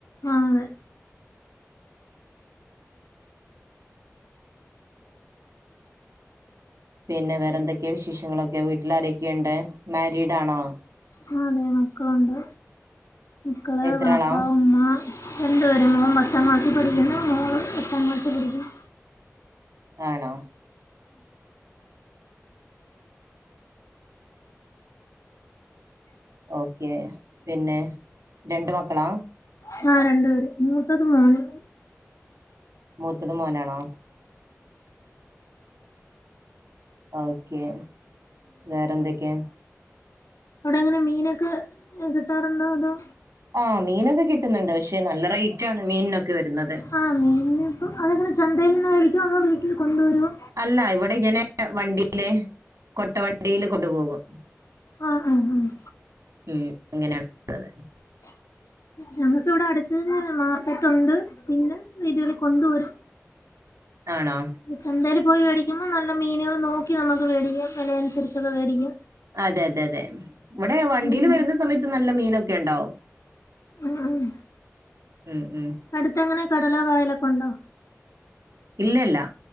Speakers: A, on the left; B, on the right.
A: ആ അതെ
B: പിന്നെ വേറെ എന്തൊക്കെ വിശേഷങ്ങളൊക്കെ വീട്ടിലാരൊക്കെയുണ്ട് മാരീഡാണോ
A: ആഹ് അതെ മക്കളുണ്ട് മക്കള്
B: എത്ര
A: പാപ്പ
B: ആളാ
A: ഉമ്മാ രണ്ട് പേര് മോൻ പത്താം -ക്ലാസ്സിൽ പഠിക്കുന്നു മോള് എട്ടാം ക്ലാസ്സിൽ പഠിക്കുന്നു.
B: ആണോ ഓക്കെ പിന്നെ രണ്ട് മക്കളാ.
A: ആഹ് രണ്ട് പേര്, മൂത്തത് മോന്. <inaudible>
B: മൂത്തത് മോനാണോ ഓക്കെ വേറെന്തൊക്കെയാ
A: അവ്ടെ എങ്ങനെ മീനൊക്കെ കിട്ടാറുണ്ടോ? അതോ,
B: ആഹ് മീനൊക്കെ കിട്ടുന്ന്ണ്ട്, പക്ഷെ നല്ല റെയ്റ്റാണ് മീൻനൊക്കെ വെര്ന്നത്.
A: ആ മീന് ഇപ്പം അതെങ്ങനെ ചന്തയിൽ നിന്ന് വിളിക്കും അത് വീട്ടിൽ കൊണ്ടുവരുവോ
B: അല്ല ഇവിടെ ഇങ്ങനെ വണ്ടിയിലെ കൊട്ടവണ്ടിയിലും കൊണ്ടു പോകും
A: ആ ആ ആ
B: ഉം ഇങ്ങനെ <unintelligible>
A: നമ്മുക്ക് ഇവിടെ അടുത്ത് തന്നെ മാർക്കറ്റുണ്ട് പിന്നെ വീടുകളിൽ കൊണ്ട് വരും
B: ആണോ
A: ചന്തേൽ പോയി മേടിക്കുമ്പോൾ നല്ല മീനുകൾ നോക്കി നമുക്ക് മേടിക്കാം വിലയനുസരിച്ചൊക്കെ മേടിക്കാം
B: അതെ അതെ അതെ ഇവിടെ വണ്ടിൽ
A: ഉം
B: വരുന്ന സമയത്ത് നല്ല മീനൊക്കെണ്ടാവും
A: ഉം
B: ഉം ഉം
A: അടുത്തങ്ങനെ കടലോ കായലൊക്കെ ഉണ്ടോ
B: ഇല്ലല്ല